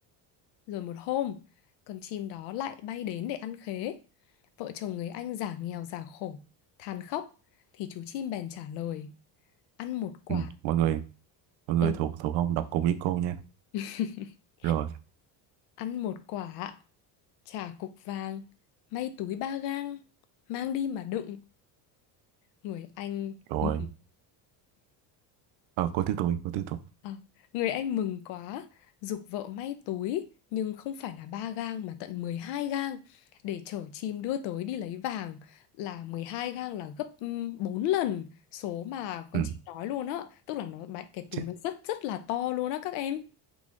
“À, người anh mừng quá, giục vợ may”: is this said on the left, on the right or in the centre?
Left